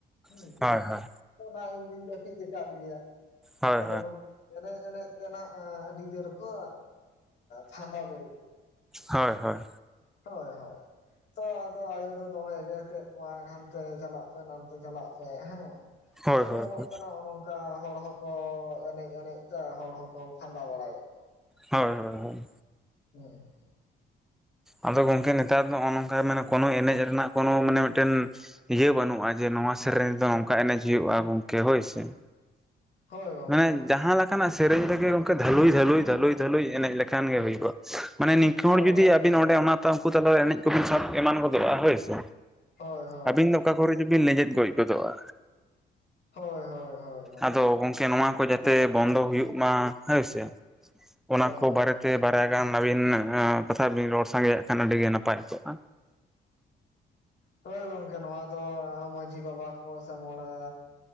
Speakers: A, on the left; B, in the centre.
A: ᱦᱮᱸ
B: ᱦᱳᱭ ᱦᱳᱭ ᱦᱳᱭ
A: ᱚᱱᱟ ᱤᱧᱫᱩᱧ ᱡᱟᱹᱯᱤᱫ ᱟᱠᱟᱫ ᱜᱮᱭᱟ
B: ᱦᱳᱭ
A: ᱟᱫᱚ
B: ᱦᱳᱭ ᱦᱳᱭ
A: ᱮᱱᱮᱡ ᱮᱱᱮᱡ ᱛᱮᱱᱟᱜ ᱟᱹᱰᱤ ᱡᱳᱨ ᱠᱚ ᱯᱷᱟᱸᱫᱟ ᱵᱮᱨᱮᱫ
B: ᱦᱳᱭ ᱦᱳᱭ
A: ᱦᱳᱭ ᱦᱳᱭ ᱛᱚ ᱟᱫᱚ ᱟᱭᱳ ᱫᱚ ᱫᱚᱢᱮ ᱮᱜᱮᱨ ᱠᱮᱫ ᱠᱚᱣᱟᱭ ᱦᱟᱱᱛᱮ ᱪᱟᱞᱟᱜ ᱯᱮ ᱱᱚᱛᱮ ᱪᱟᱞᱟᱜ ᱯᱮ ᱦᱮᱸ
B: ᱦᱳᱭ
A: ᱧᱮᱞᱚᱜ
B: ᱦᱳᱭ
A: ᱠᱟᱱᱟᱜᱼ ᱱᱚᱝᱠᱟ ᱦᱚᱲ ᱦᱚᱸᱠᱚ ᱮᱱᱮᱡ ᱮᱱᱮᱡ ᱛᱮ ᱦᱚᱲ ᱦᱚᱸᱠᱚ ᱯᱷᱟᱸᱫᱟ ᱵᱟᱲᱟᱭᱮᱫ
B: ᱦᱳᱭ ᱦᱳᱭ ᱦᱳᱭ
A: ᱦᱮᱸ
B: ᱟᱫᱚ ᱜᱚᱝᱠᱮ ᱱᱮᱛᱟᱨ ᱫᱚ ᱱᱚᱜ ᱱᱚᱝᱠᱟ ᱠᱳᱱᱳ ᱮᱱᱮᱡ ᱨᱮᱱᱟᱜ ᱠᱳᱱᱚ ᱢᱟᱱᱮ ᱢᱤᱫᱴᱮᱱ ᱤᱭᱟᱹ ᱵᱟᱹᱱᱩᱜᱼᱟ ᱡᱮ ᱱᱚᱣᱟ ᱥᱮᱨᱮᱧ ᱨᱮᱫᱚ ᱱᱚᱝᱠᱟ ᱮᱱᱮᱡ ᱦᱩᱭᱩᱜᱼᱟ ᱜᱚᱝᱠᱮ ᱦᱳᱭ ᱥᱮ
A: ᱦᱳᱭ ᱜᱚᱝᱠᱮ
B: ᱢᱟᱱᱮ
A: ᱦᱳᱭ
B: ᱡᱟᱦᱟᱸ ᱞᱮᱠ ᱚᱱᱟᱠᱟᱱᱟᱜ ᱥᱮᱨᱮᱧ ᱨᱮᱜᱮ ᱜᱚᱝᱠᱮ ᱫᱷᱟᱹᱞᱩᱭ ᱫᱷᱟᱹ ᱞᱩᱭ ᱫᱷᱟᱹᱞᱩᱭ ᱫᱷᱟᱹᱞᱩᱭ ᱮᱱᱮᱡ ᱞᱮᱠᱷᱟᱱ ᱜᱮ ᱦᱩᱭᱩᱜᱼᱟ ᱢᱟᱱᱮ ᱱᱤᱝᱠᱟ ᱦᱚᱲ
A: ᱦᱳᱭ
B: ᱡᱩᱫᱤ
A: ᱦᱳᱭ
B: ᱚᱸ ᱚᱱᱟ
A: ᱦᱳᱭ
B: ᱩᱱᱠᱩ ᱛᱟᱞᱟ ᱨᱮ ᱮᱱᱮᱡ ᱠᱚᱵᱤᱱ ᱥᱟᱵ ᱮᱢᱟᱱ ᱜᱚᱫᱚᱜᱼᱟ ᱦᱳᱭᱥᱮ
A: ᱦᱳᱭ ᱦᱳᱭ
B: ᱟᱵᱤᱱ ᱫᱚ ᱚᱠᱟ ᱠᱚᱨᱮ ᱪᱩᱵᱤᱱ ᱞᱮᱸᱡᱮᱫ ᱜᱚᱡ ᱜᱚᱫᱚᱜᱼᱟ
A: ᱦᱳᱭ ᱦᱳᱭ ᱦᱳᱭ ᱦᱳᱭ
B: ᱟᱫᱚ ᱜᱚᱝᱠᱮ ᱱᱚᱣᱟ ᱠᱚ ᱡᱟᱛᱮ ᱵᱚᱱᱫᱚ ᱦᱩᱭᱩᱜ ᱢᱟ ᱦᱳᱭ ᱥᱮ ᱚᱱᱟ ᱠᱚ
A: ᱦᱳᱭ ᱦᱳᱭ
B: ᱵᱟᱨᱮ
A: ᱦᱳᱭ
B: ᱛᱮ ᱵᱟᱨᱭᱟ ᱜᱟᱱ ᱟᱹᱵᱤᱱ ᱠᱟᱛᱷᱟ ᱵᱤᱱ ᱨᱚᱲ ᱥᱟᱸᱜᱮᱭᱟᱜ ᱠᱷᱟᱱ ᱟᱹᱰᱤ ᱜᱮ ᱱᱟᱯᱟᱭ ᱠᱚᱜ-ᱟ
A: ᱦᱳᱭ ᱜᱚᱝᱠᱮ ᱱᱚᱣᱟ ᱫᱚ ᱢᱟᱺᱡᱷᱤ ᱵᱟᱵᱟ ᱠᱚ ᱥᱮ ᱢᱚᱬᱮ